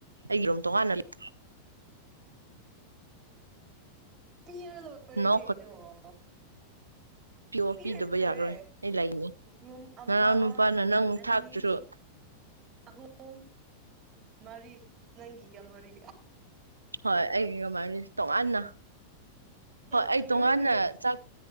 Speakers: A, on the right (about 80°); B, on the right (about 30°).
A: ꯑꯩꯒꯤ ꯔꯨꯝ ꯇꯣꯉꯥꯟꯅ ꯂꯩ
B: ꯄꯤꯔ ꯂꯣꯏꯔꯦ
A: ꯅꯣ
B: ꯀꯩꯅꯣ
A: ꯄꯤ ꯑꯣ
B: ꯄꯤꯔ
A: ꯄꯤꯗꯕ
B: ꯂꯣꯏꯔꯦ
A: ꯌꯥꯔꯣꯏ ꯑꯩ ꯂꯩꯅꯤ
B: ꯔꯨꯝ ꯑꯃ
A: ꯃꯅꯥꯎ ꯅꯨꯄꯥꯅ ꯅꯪ
B: ꯑꯅꯤ
A: ꯊꯥꯛꯇꯔꯁꯨ
B: ꯑꯍꯨꯝ ꯃꯔꯤ ꯅꯪꯒꯤꯒ ꯃꯔꯤ
A: ꯍꯣꯏ ꯑꯩꯒꯤꯒ ꯃꯥꯔꯤ ꯇꯣꯉꯥꯟꯅ ꯍꯣꯏ
B: ꯑꯥ
A: ꯑꯩ
B: ꯂꯣꯏꯔꯦ
A: ꯇꯣꯉꯥꯟꯅ
B: ꯂꯣꯏꯔꯦ
A: ꯆꯥꯛ